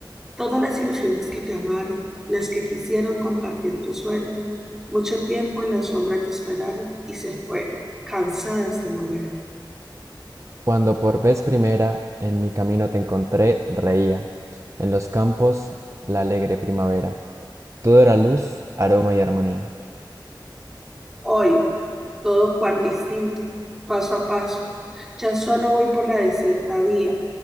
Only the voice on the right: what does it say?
Cuando por vez primera en mi camino te encontré, reía. En los campos la alegre primavera. Todo era luz, aroma y armonía.